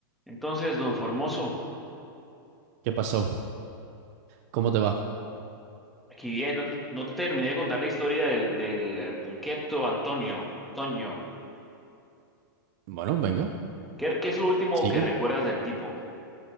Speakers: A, in the centre; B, on the right (about 45°).
A: Entonces, don Formoso,
B: ¿Qué pasó? ¿Cómo te va?
A: aquí bien, no te, no te terminé de contar la historia del, del eh, Punqueto Antonio, Toño.
B: Bueno, venga.
A: ¿Qué, qué es lo último
B: Sí,
A: que recuerdas del tipo?